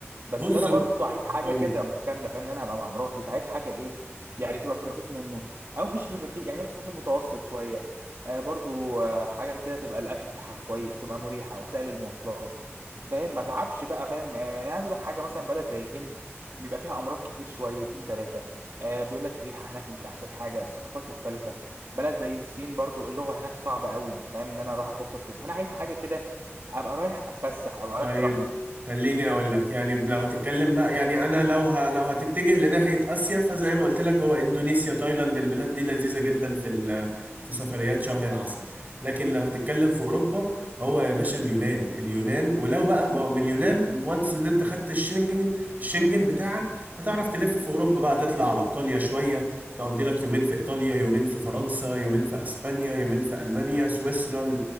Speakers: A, on the right; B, on the right.
A: بس
B: بص
A: انا برضو عايز حاجه
B: قول
A: كده
B: لي.
A: تبقى متكامله فاهم ان انا هبقى مع مراتي فعايز حاجه ايه يعني تبقى في الرخيص منه او مش في الرخيص يعني تبقى في المتوسط شويه آه برضو آه حاجه كده تبقى الاكل بتاعها كويس تبقى مريحه وسائل المواصلات فاهم ما تعبش بقى فاهم آه يعني عايز اقول لك حاجه مثلا بلد زي الهند بيبقى فيها امراض كتير شويتين ثلاثه آه بيقول لك الريحه هناك مش احسن حاجه الثقافات مختلفه بلد زي الصين برضو اللغه هناك صعبه قوي فاهم ان انا اروح اتواصل في فانا عايز حاجه كده ابقى رايح اتفسح ابقى
B: طيب
A: رايح براحتي
B: خليني اقول لك يعني لو هتتكلم بقى يعني انا لو ه... لو هتتجه لناحيه اسيا فزي ما قلت لك هو اندونيسيا تايلاند البلاد دي لذيذه جدا في ال... في سفريات شهر العسل لكن لو هتتكلم في اوروبا هو يا باشا اليونان اليونان ولو بقى ما هو من اليونان وانس ان انت خدت الشنجن الشنجن بتاعك هتعرف تلف في اوروبا بقى تطلع على ايطاليا شويه تقضي لك يومين في ايطاليا يومين في فرنسا يومين في اسبانيا يومين في المانيا سويسرا